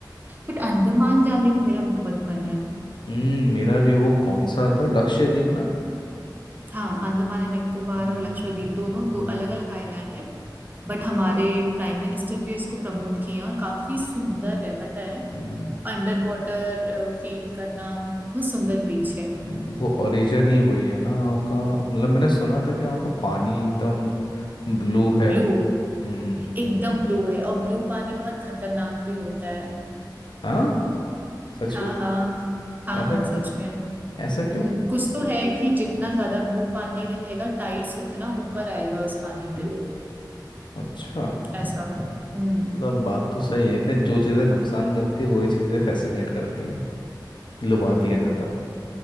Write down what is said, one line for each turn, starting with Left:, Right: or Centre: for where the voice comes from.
Right: बट अंडमान जाने का मेरा बहुत मन है
Left: हम्म मेरा भी वो कौन सा था लक्षद्वीप ना
Right: हाँ अंडमान एंड निकोबार
Left: हम्म
Right: और लक्षद्वीप दोनों
Left: हम्म
Right: दो अलग अलग आइलैंड है बट हमारे प्राइम मिनिस्टर भी इसको प्रमोट किए हैं और काफी सुंदर है पता है
Left: हम्म,
Right: अंडर वाटर फील करना बहुत सुंदर बीच है
Left: हम्म, वो ओरिजिन ही वही है ना वहाँ का मतलब मैंने सुना था कि वहाँ का पानी एकदम ब्लू है
Right: ब्लू
Left: हम्म
Right: एकदम ब्लू है और ब्लू पानी बहुत खतरनाक भी होता है
Left: हाँ सच
Right: हाँ
Left: में
Right: हाँ हाँ
Left: ऐसा
Right: हाँ सच में
Left: ऐसा क्यों
Right: हम्म, कुछ तो है कि जितना ज्यादा ब्लू पानी रहेगा टाइड्स उतना ऊपर आएगा उस पानी में
Left: अच्छा
Right: ऐसा हम्म
Left: मतलब बात तो सही है कि जो चीज़ें नुकसान करती है वही चीज़ें फैसिनेट करती है लुभाती
Right: हम्म
Left: है ज़्यादा